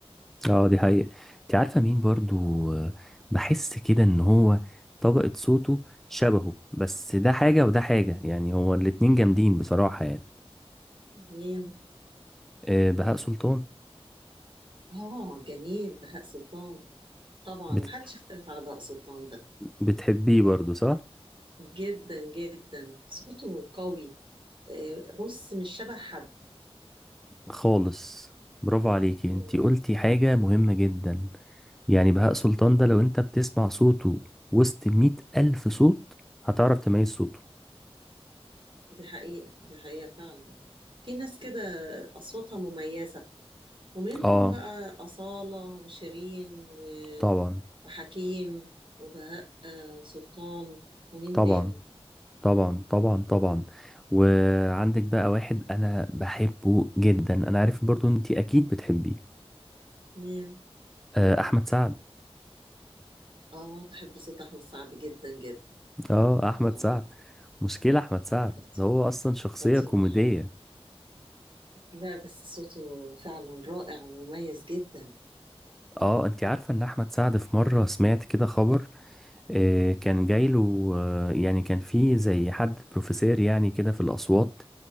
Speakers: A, in the centre; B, on the right.
A: اه دي حقيقة انت عارفة مين برضو آه، بحس كده ان هو طبقة صوته شبهه بس ده حاجة وده حاجة يعني هو الاتنين جامدين بصراحة يعني
B: مين
A: آه، بهاء سلطان
B: اه جميل بهاء سلطان طبعا
A: بت...
B: محدش يختلف على بهاء سلطان ده
A: بتحبيه برضو صح؟
B: جدا جدا صوته قوي آه، بص مش شبه حد
A: خالص برافو عليكي
B: مم.
A: انت قلتي حاجة مهمة جدا يعني بهاء سلطان ده لو انت بتسمع صوته وسط مئة ألف صوت هتعرف تميز صوته
B: دي حقيقة دي حقيقة فعلا في ناس كده أصواتها مميزة ومنهم
A: اه
B: بقى أصالة وشيرين و-
A: طبعا
B: وحكيم وبهاء آه، سلطان ومين
A: طبعا
B: تاني
A: طبعا طبعا طبعا وعندك بقى واحد انا بحبه جدا انا عارف برضو انت اكيد بتحبيه
B: مين
A: آه، احمد سعد
B: اه بحب صوت احمد سعد جدا جدا
A: اه احمد
B: اه
A: سعد مشكلة احمد سعد
B: خطير
A: ده هو اصلا شخصية
B: خطير
A: كوميدية
B: لا بس صوته فعلا رائع ومميز جدا
A: اه انت عارفة ان احمد سعد في مرة سمعت كده خبر آه، كان جايله آه، يعني كان في زي حد بروفيسور يعني كده في الاصوات